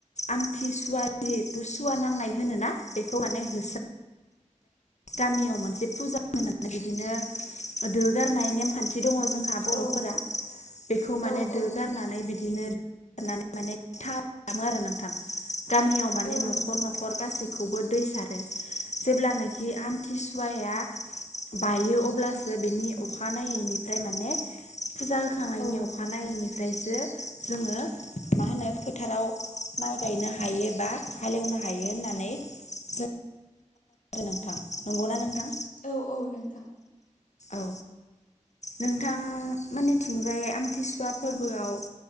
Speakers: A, on the left (about 65°); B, on the left (about 80°).
A: आमथि सुवा जिथ' सुवा नांनाय होनो। ना बेखौ माने होस गामियाव मोनसे फुजा होनानै बिदिनो दो गारनाय नेमखान्थि बो दङ जोंहा बर'फोरा
B: औ
A: बेखौ माने
B: औ
A: दो
B: औ
A: गारनानै बिदिनो नानै माने खालामो आरो नोंथां गामियाव माने
B: औ
A: न'खर
B: नोंथां
A: न'खर गासि खौबो दै सारो जेब्लानाखि आमथिसुवाया बायो अब्लासो बिनि अखानायैनिफ्राय माने फुजा होखांनायनि
B: औ
A: अखानायैनि। ओमफ्रायसो जोङो मा होनो फोथाराव माइ गायनो हायोबा हालेवनो हायो होननानै जों नोंथां नंगौना नोंथां?
B: औ औ नोंथां
A: औ नोंथां मोनिथिंजाय आमथिसुवा फोरबोआव